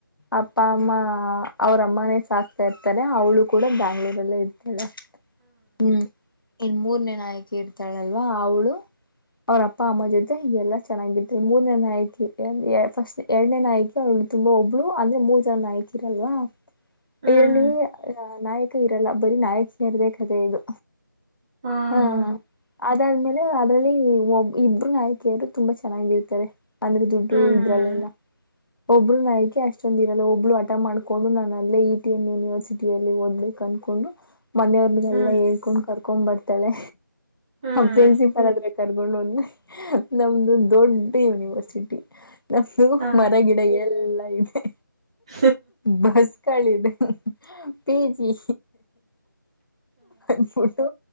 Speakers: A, on the left; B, on the right.
A: ಅಪ್ಪ ಅಮ್ಮ ಅವರಮ್ಮನೇ ಸಾಕ್ತ ಇರ್ತಾರೆ ಅವಳು ಕೂಡ ಬ್ಯಾಂಗ್ಳೂರಲ್ಲೇ ಇರ್ತಳೆ ಹ್ಮ್ ಇನ್ ಮೂರ್ನೆ ನಾಯಕಿ ಇರ್ತಳಲ್ವಾ ಅವ್ಳು ಅವ್ರ ಅಪ್ಪ ಅಮ್ಮ ಜೊತೆ ಹೀಗೆಲ್ಲ ಚೆನ್ನಾಗಿರ್ ಮೂರನೇ ನಾಯ್ಕಿ ಫಸ್ಟ್ ಎರಡನೇ ನಾಯ್ಕಿ ಅವ್ ತುಂಬಾ ಒಬ್ಳು ಅಂದ್ರೆ ಮೂರ್ ಜನ ಇದ್ರಲ್ವ
B: ಹ್ಮ್
A: ಇದರಲ್ಲಿ ನಾಯಕ ಇರಲ್ಲ ಬರೀ ನಾಯಕಿಯರದೇ ಕತೆೆ ಇದು.
B: ಹಾ
A: ಹ್ಮ್
B: ಹಾ
A: ಅದಾದ್ಮೇಲೆ ಅದ್ರಲ್ಲಿ ಒಬ್ ಇಬ್ರು ನಾಯಕಿಯರು ತುಂಬಾ ಚೆನ್ನಾಗಿರ್ತರೆ ಅಂದ್ರೆ ದುಡ್ಡು
B: ಹ್ಮ್
A: ಇದ್ರ ಅಲ್ಲೆಲ್ಲ ಒಬ್ರು ನಾಯ್ಕಿ ಅಷ್ಟೊಂದ ಇರಲ್ಲ ಒಬ್ಳ ಹಟ ಮಾಡ್ಕೊಂಡು ನಾನು ಅಲ್ಲೇ ಇ ಟಿ ಎನ್ ಯೂನಿವರ್ಸಟಿಯಲ್ಲಿ ಓದ್ಲಿ ಕನ್ಕೊಂಡು ಮನೆಯವ್ರಿಗೆಲ್ಲ
B: ಹ್ಮ್
A: ಹೇಳ್ಕೊಂಡ್ ಕರ್ಕೊಂಡ್ ಬರ್ತಾಳೆ
B: ಹ್ಮ್
A: ಪ್ರಿನ್ಸಿಪಲ್ ಅದ್ರೆ ಕರ್ಕೊಂಡೋಂದ್ ನಮ್ದು ದೊಡ್ಡ ಯುನಿವರ್ಸಿಟಿ ನಮು
B: ಹಾ
A: ಮರಗಿಡ ಎಲ್ಲಾ ಇದೆ
B: ಹಾ
A: ಬಸ್ ಕಳಿದೆ ಪೀಜಿ ಅಂದಬಟ್ಟು